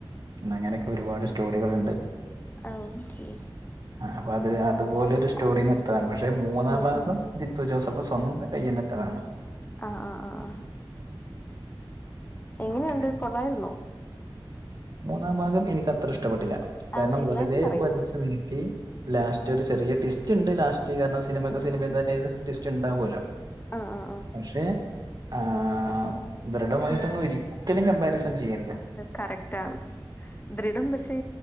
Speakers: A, on the right (about 50°); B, on the left (about 20°).
A: അങ്ങനോക്കെ ഒരുപാട് സ്റ്റോറികള്ണ്ട്
B: ആഹ്‌ ഓക്കെ
A: ആ അപ്പൊ അത് അതുപോലൊരു സ്റ്റോറിന്ന്
B: ആ
A: ഇട്ത്താണ് പക്ഷെ മൂന്നാം
B: ഉം
A: ഭാഗം
B: ഉം ഉം
A: ജിത്തു ജോസഫ് സ്വന്തം കയ്യ്ന്നിട്ടതാണ്
B: ആഹ് ആ ആ ആഹ്‌ എങ്ങനെയുണ്ട്
A: ഓക്കെ
B: കൊള്ളായിരുന്നോ
A: മൂന്നാം ഭാഗം എനിക്ക് അത്ര ഇഷ്ടപ്പെട്ടില്ല കാരണം
B: ആ എല്ലാരും
A: വെറുതെ
B: പറയുന്നുണ്ട്
A: വലിച്ചു നീ ട്ടി ലാസ്റ്റ് ഒരു ചെറിയ ട്വിസ്റ്റ്‌ ണ്ട് ലാസ്റ്റ് കാരണം സിനിമക്കെ സിനിമന്ന
B: ഉം ഉം ഉം
A: ട്വിസ്റ്റ് ഉണ്ടാവല്ലോ
B: ആ ആ ആ
A: പക്ഷെ ആഹ്‌ ദൃഢമായിട്ടൊന്നും
B: ഉം
A: ഒരിക്കലും കമ്പാരിസൺ ചെയ്യരുത്
B: കറക്റ്റാണ് ദൃഡം പക്ഷെ